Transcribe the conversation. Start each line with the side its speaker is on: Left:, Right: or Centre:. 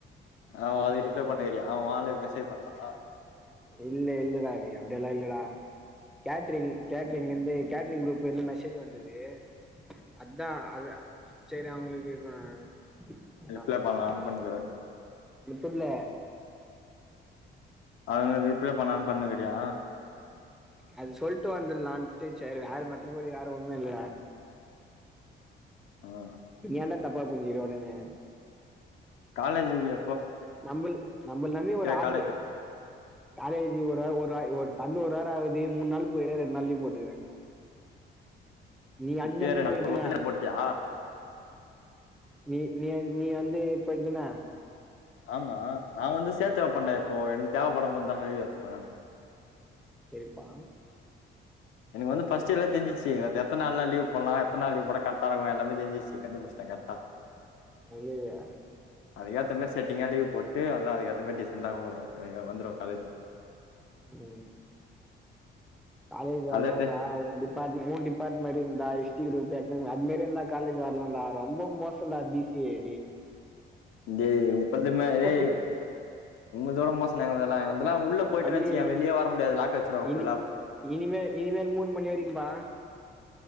Left: ஆ
Centre: பாத்துனுருந்தே
Left: அது ரிப்ளை பண்ணிகிறியா வோன் ஆலுக் மெசேஜ் பண்ணா
Centre: இல்ல இல்லடா அப்டியெல்லாம் இல்ல கேட்ரிங் கேட்ரிங் ந்து கேட்ரிங் குரூப்லருந்து மெசேஜ் வந்தது அதான் அது சரி அவங்களுக்கு ஆஹ்
Left: ரிப்ளை பண்ணலான்னு
Centre: ஆமா
Left: பண்ணுகிற
Centre: முத்தூர்ல
Left: அவ ரிப்ளை பண்ணானு பண்ணினுக்கிறியா
Centre: அது சொல்லிட்டு வந்துலான்ட்டு சரி வேற மற்றபடி வேற ஒண்ணும் இல்ல
Left: உம்
Centre: நீ ஏன்டா தப்பா புரிஞ்சுக்குற உடனே
Left: காலேஜிகு
Centre: நம்பல் நம்பல நம்பி ஒரு ஆடரு
Left: காலேஜ்
Centre: காலேஜி ஒரு ஒரு தெறந்து ஒரு வாரமாகுது மூன் நாள் போய் கிறேன் ரெண்டு நாள் லீவ் போட்டுக்கறேன் நீ அஞ்சு
Left: இப்பயே
Centre: நாலுமே
Left: ரெண்டு
Centre: போயிட்ட
Left: ஒரு
Centre: தான
Left: வருஷத்துல போட்டியா
Centre: நீ நீ வந்து போய்டதான
Left: ஆமா நான் வந்து சேர்த்து வெப்பண்டா இப்போ எனக்கு தேவைப்படும் போது தானே எழுதி எத்துக்குவேன்
Centre: ஹெல்ப்பா
Left: எனக்கு வந்து ஃபர்ஸ்ட் எல்லாம் தெரிஞ்சுச்சு எத்தனநாள் நா லீவ் போல்லாம் எத்த நாள் லீவ்போட்ட கரெக்டா இருக்கும் எல்லாமே தெரிஞ்சுச்சு கண்டுபுடிச்டேன் கரெக்டா
Centre: மெய்யா
Left: அதுக்கேத்த மாதிரி செட்டிங்கா லீவ் போட்டு அதான் அதுக்கேத்த மாதிரி டிசன்ண்டா வந்துருவே காலேஜிக்கு
Centre: உம் காலேஜ் வரனும்டா
Left: அதான்டே
Centre: உன் டிபார்ட் உன் டிபார்ட்மெண்ட் மாரியே ந்தா ஹிஸ்ட்ரி குரூப் அதுமாதிரி இருந்தா காலேஜ் வரலாம்டா ரொம்ப மோசம் டா பி சி ஏ
Left: இது ஒழுங்காவே
Centre: புது
Left: உங்கள்தோட மோசன்டா எங்குள்தெல்லா அதல்லாம் உள்ள போயிட்டேனு
Centre: தம்பி
Left: நெனச்சியெ வெளியே வர முடியாது லாக் வச்சிருவாங்க
Centre: இனி
Left: ஃபுல்லா
Centre: இனிமேல் இனிமேல் மூணு மணி வரைக்கும்பா